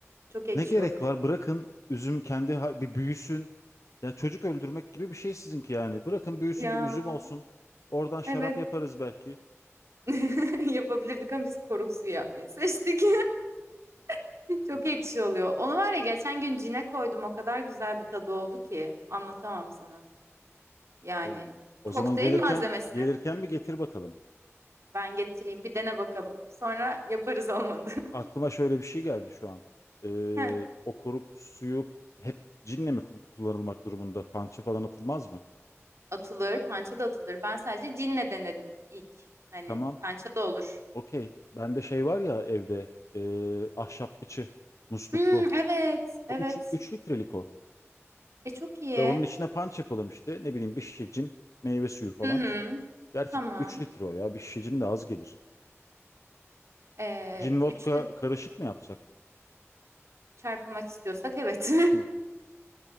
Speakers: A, on the right (about 70°); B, on the left (about 80°).
A: Çok ekşi
B: Ne gerek
A: olur.
B: var? Bırakın üzüm kendi ha- bir büyüsün. Ya çocuk öldürmek gibi bir şey sizinki yani. Bırakın büyüsün
A: Ya
B: bir üzüm olsun. Oradan şarap
A: evet
B: yaparız belki.
A: <laughs> Yapabilirdik ama biz koruk suyu yapmayı seçtik. <laughs> Çok
B: Hı.
A: ekşi oluyor. Onu var ya geçen gün cine koydum. O kadar güzel bir tadı oldu ki anlatamam sana. Yani
B: O, o
A: kokteyl
B: zaman gelirken
A: malzemesi.
B: gelirken bir getir bakalım.
A: Ben getireyim bir dene bakalım. Sonra yaparız olmadı.
B: Aklıma şöyle bir şey geldi şu an. Ee,
A: <laughs> Heh.
B: o koruk suyu hep cinle mi ku- kullanılmak durumunda? Pança falan atılmaz mı?
A: Atılır, pança da atılır. Ben sadece cinle denedim ilk. Hani
B: Tamam.
A: pança da olur.
B: Okey. Bende şey var ya evde. ee, ahşap fıçı. Musluklu.
A: Hmm, evet, evet.
B: O üç üç litrelik o.
A: E çok iyi.
B: Ve onun içine punch yapalım işte. Ne bileyim bir şişe cin, meyve suyu falan.
A: Hı hı,
B: Gerçi
A: tamam.
B: 3 litre o ya. Bir şişe cin de az gelir.
A: Ee,
B: Cin vodka
A: üçte
B: karışık mı yapsak?
A: çarpılmak istiyorsak evet.
B: <laughs>